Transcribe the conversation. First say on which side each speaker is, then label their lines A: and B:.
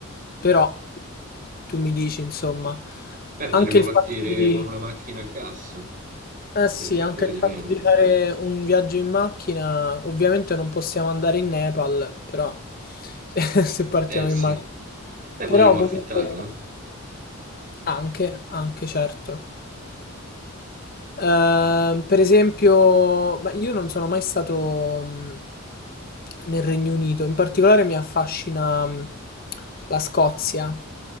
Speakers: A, on the left; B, on the right.
A: però tu mi dici, insomma,
B: Beh, potremmo
A: anche il
B: partire
A: fatto di...
B: con una macchina a gas
A: Eh sì,
B: per spendere
A: anche il
B: di
A: fatto
B: meno.
A: di fare un viaggio in macchina, ovviamente non possiamo andare in Nepal, però <laughs> se partiamo
B: Eh sì,
A: in macchina.
B: beh
A: Però
B: potremmo
A: comunque
B: affittarla,
A: anche, anche certo. Ehm, per esempio, ma io non sono mai stato mh, nel Regno Unito, in particolare mi affascina mh, la Scozia,